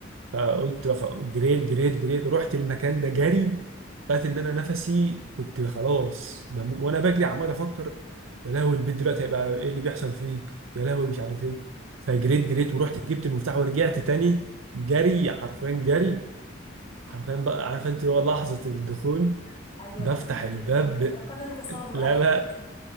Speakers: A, on the right; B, on the left.
A: فقلت
B: مم.
A: بخ- جريت جريت جريت رحت المكان ده جري لقيت ان انا نفسي كنت خلاص بمو... وانا بجري عمال افكر يا لهوي البيت دلوقتي هيبقى ايه اللي بيحصل فيه يا لهوي مش عارف ايه فجريت جريت ورحت جبت المفتاح ورجعت تاني جري حرفيا جري حرفيا بقى عارفه انت هو لحظه الدخول
B: ايوه
A: بفتح
B: الحمد
A: الباب
B: لله لقد انتصرنا
A: لا
B: <laughs>
A: لا